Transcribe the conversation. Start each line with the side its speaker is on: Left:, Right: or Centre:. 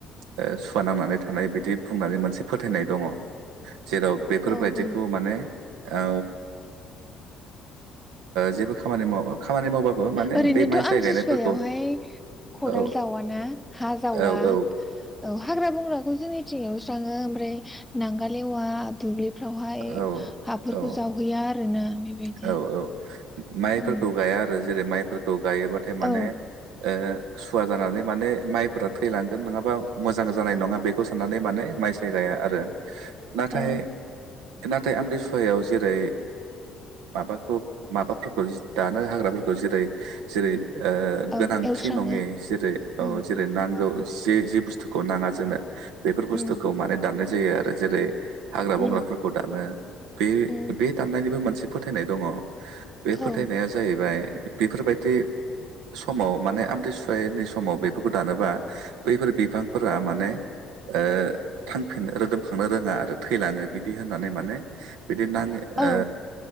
Right: ओ सुवा नांनानै थानाय मोनसे फोथायनाय दङ'। जेराव बेफोरबायदिखौ
Centre: औ औ
Right: माने औ जेबो खामानि मावा खामानि मावबाबो माने
Centre: ओरैनोथ'
Right: बे माइसाय
Centre: आमथिसुवायावहाय
Right: गायनायफोरखौ
Centre: खदाल
Right: औ
Centre: जावा ना हा जावा
Right: औ औ
Centre: औ हाग्रा बंग्राखौ जोंनि एवस्राङो ओमफ्राय नांगाल एवा दुब्लिफ्रावहाय
Right: औ
Centre: हाफोरखौ
Right: औ
Centre: जावहैया आरोना। बेबायदि
Right: औ औ। माइफोरखौ
Centre: उम
Right: गाया आरो जेरै माइ गायोबाथाय माने
Centre: औ
Right: ओ सुवा जानानै माने माइफोरा थैलांगोन नङाबा मोजां जानाय नङा बेखौ साननानै माने माइ सायराया आरो। नाथाय
Centre: औ
Right: नाथाय आमरिसुवायाव जेरै ओ माबाखौ माबाफोरखौ दानो हाग्राफोरखौ जेरै जेरै ओ-गोनांथि
Centre: औ एवस्राङो
Right: नङेै जेरै औ
Centre: उम
Right: जेरै नांगौ जे जे बुस्थुखौ नाङा जोंनो। बेफोर बुस्थुखौ
Centre: उम
Right: माने दाननाय जायो आरो। जेरै हाग्रा बंग्राफोरखौ
Centre: उम
Right: दानो बे
Centre: उम
Right: बे दाननायनिबो मोनसे फोथायनाय दङ। बे फोथायनाया
Centre: औ
Right: जाहैबाय बेफोरबायदि समाव माने आमथिसुायनि समाव बेफोरखौ दानोबा बैफोर बिफांफोरा माने ओ- थांफिननो रोदोमखांनो रोङा आरो थैलाङो बिदि होननानै माने बिदिनो नाङो
Centre: औ
Right: ओ